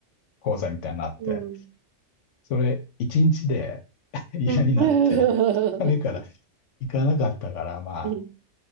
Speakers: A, on the left; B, on the right.
A: 講座みたいなのあって、
B: うん。
A: それ1日で <laughs> 嫌になって、
B: うん。
A: 2日目から
B: <laughs>
A: 行かなかったから、まあ、
B: うん。